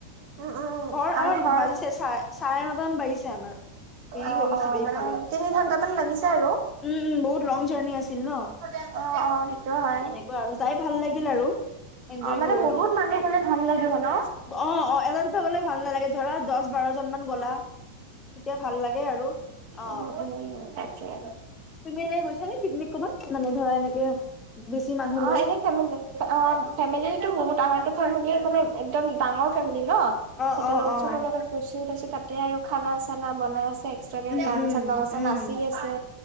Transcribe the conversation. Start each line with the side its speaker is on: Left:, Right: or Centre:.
Right: উম উম
Left: ঘৰ
Right: আৰু
Left: আমাৰ
Right: ঘৰ
Left: বাজিছে। চাৰে চাৰে নটামান বাজিছে আমাৰ। দেৰি
Right: অ,
Left: হৈ গৈছিলে
Right: অ,
Left: এইফালে
Right: মানে, তিনি ঘণ্টামান লাগিছে আৰু।
Left: উম উম, বহুত লং জাৰ্ণি আছিল, ন?
Right: অ অ সেইটো হয়।
Left: এনেকুৱা আৰু যাই ভাল লাগিল আৰু এনজয়
Right: অ', মানে
Left: কৰিলো
Right: বহুত মানুহ গ'লে ভাল লাগিব, ন?
Left: অ, অ, এটাৰ উঠা গ'লে ভাল নালাগে। ধৰা দচ বাৰজন মান গ'লা তেতিয়া ভাল লাগে আৰু অ'।
Right: উম, উম, তাকে।
Left: তুমি এনেই গৈছানে পিকনিক কবাত মানে ধৰা এনেকে বেছি মানুহ
Right: অ'এনে
Left: লৈ
Right: ফেমিনিচ অ'ফেমেলিটো বহুত আমাৰ ফেমিলি মানে একদম ডাঙৰ ফেমিলি ন'
Left: অ
Right: সিহঁতৰ
Left: অ
Right: লগত
Left: অ
Right: চব লগত গৈছোঁ। তাৰপিছত, তাতে আৰু খানা চানা বনাই আছে। এক্সট্ৰাকে
Left: উম
Right: গান
Left: উম
Right: চান লগাচে
Left: উম
Right: নাচি আছে।